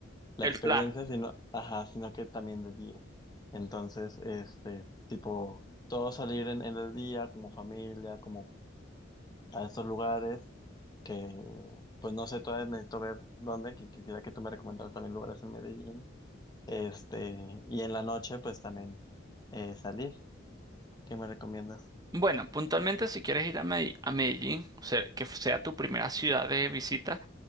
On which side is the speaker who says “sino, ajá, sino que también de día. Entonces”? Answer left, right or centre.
Left